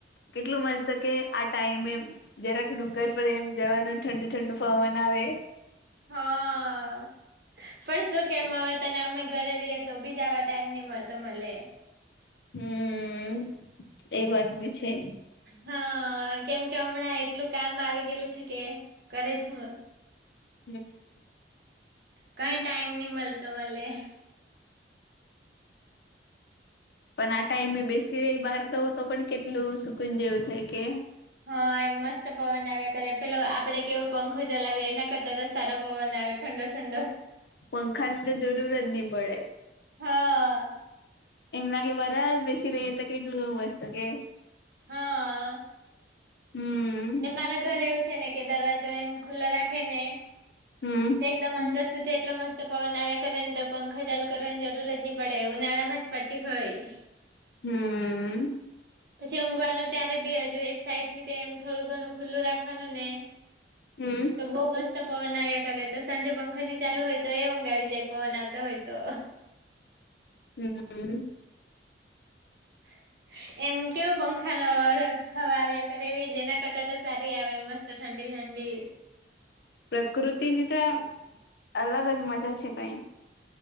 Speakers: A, on the left; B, on the right.
A: કેટલું મસ્ત કે આ ટાઈમે જરાક ડુંગર પર એમ જવાનું ઠંડુ ઠંડુ પવન આવે.
B: હા પણ શું કેમ હ તને અમે ઘરે રહીએ તો બી જવા ટાઈમ ની તો મળે.
A: હમ એ વાત બી છે.
B: હા કેમ કે હમણાં એટલું કામ આવી ગયેલું છે કે કરેજ હું
A: હમ
B: કઈ ટાઈમ નહી મળતો મને.
A: પણ આ ટાઈમે બેસી રહી બહાર તો તો પણ કેટલું સુકુંન જેવું થાય કે
B: હા એમ મસ્ત પવન આવ્યા કરે પેલા આપડે કેવું પંખો ચલાવીએ એના કરતાં તો સારો પવન આવે. ઠંડો ઠંડો
A: પંખા ની તો જરૂર જ નહી પડે.
B: હા
A: એમ લાગે વરા જ બેસી રહીએ તો કેટલું એવું વસતો કે.
B: હા
A: હમ
B: ને મારા ઘરે એવું ને કે દરવાજો એમ ખુલ્લો રાખે ને
A: હમ
B: એકદમ અંદર સુધી એટલે મસ્ત તો પવન આવ્યા કરે ને તો પંખા ચાલુ કરવાની જરૂર જ નહી પડે ઉનાળામાં જ પ્ટી હોય.
A: હમ્મ.
B: પછી ઊંઘવાનું ત્યારે બી હજુ એક સાઈડ થી તેમ થોડું ઘણું ખુલ્લું રાખવાનું ને
A: હમ
B: તો બઉ મસ્ત પવન આવ્યા કરે તો સાંજે પંખા ની ચાલુ હોય. તો એ ઊંઘા વિ જાય પવન આવતો હોય તો.
A: હમ્મ.
B: <inaudible> એમ કેવું પંખા ન હવા આવ્યા કર એવી જેના કરતા તો સારી આવે મસ્ત ઠંડી ઠંડી.
A: પ્રકૃતિની તો અલગ જ મજા છે કઈ.